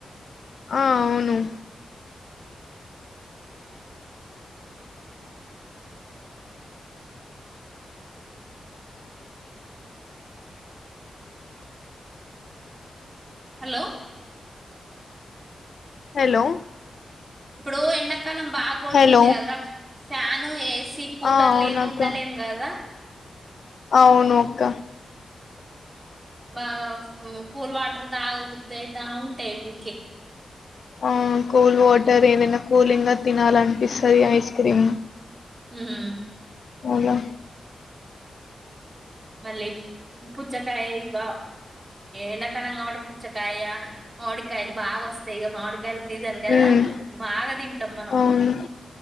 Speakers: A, on the left; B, on the right.
A: ఆ అవును
B: హలో
A: హలో
B: ఇప్పుడు ఎండ కలామ్ బాగా కొడుతుంది
A: హలో
B: కదరా ఫ్యాను ఏ ఏసీ కూలర్లు
A: ఆ అవునక్క
B: లేనిది ఉండలేం కదా
A: అవును అక్క
B: బాగా కోల్ వాటర్ దాగబుద్ధి అయితా ఉంటాయి ఓకే
A: ఆ కూల్ వాటర్ ఏదైనా కూలింగ్ గా తినాల అనిపిస్తుంది ఐస్ క్రీమ్
B: మ్మ్
A: అవుగా
B: మళ్ళీ పుచ్చకాయ ఇక ఎండాకాలం కాబట్టి పుచ్చకాయ మామిడికాయలు బాగా వస్తాయి ఇక మామిడికా కాల సీజన్ కదా
A: ఉమ్
B: బాగా తింటాం మనం
A: అవును